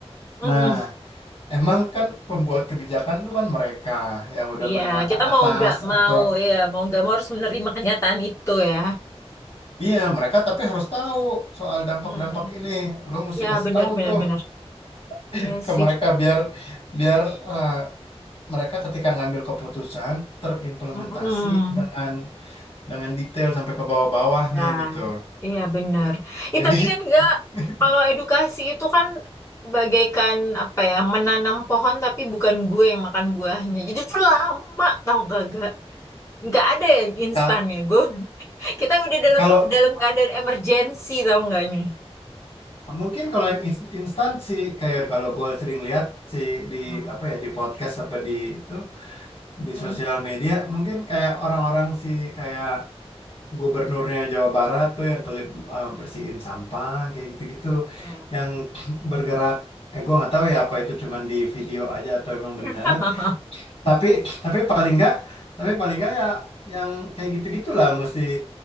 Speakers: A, on the left (about 25°); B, on the left (about 60°).
A: mm-mm.
B: Nah, emang kan pembuat kebijakan itu kan mereka yang udah
A: Iya,
B: menengah
A: kita
B: ke atas
A: mau nggak mau
B: atau
A: ya, mau nggak mau harus menerima kenyataan itu ya.
B: iya mereka tapi harus tahu soal dampak-dampak
A: Mm.
B: ini. Lu mesti
A: Ya,
B: kasih
A: benar
B: tahu
A: benar
B: tuh
A: benar.
B: <laughs>
A: Iya
B: ke
A: sih.
B: mereka biar biar eh, mereka ketika ngambil keputusan terimplementasi
A: Mm-mm.
B: dengan dengan detail sampai ke bawah-bawahnya
A: Ya.
B: gitu.
A: Iya benar. Ih,
B: Jadi
A: tapi kan enggak
B: <laughs>
A: kalau edukasi itu kan bagaikan apa ya menanam pohon tapi bukan gue yang makan buahnya. Jadi itu lama tau gak gak. Nggak ada yang instan
B: ka-
A: ya gue. <laughs> Kita udah dalam
B: kalau
A: dalam keadaan emergency tau nggak nih.
B: mungkin kalau yang ins- instan sih kayak kalau gue sering lihat sih di
A: Hmm.
B: apa ya di podcast apa di itu di
A: Hmm.
B: sosial media mungkin kayak orang-orang sih kayak gubernurnya Jawa Barat tuh yang kelip eh, bersihin sampah kayak gitu-gitu
A: Hmm.
B: yang <clears throat> bergerak eh gue nggak tahu ya apa itu cuman di video aja atau emang benar
A: <laughs>
B: tapi tapi paling nggak tapi paling nggak ya yang kayak gitu-gitulah mesti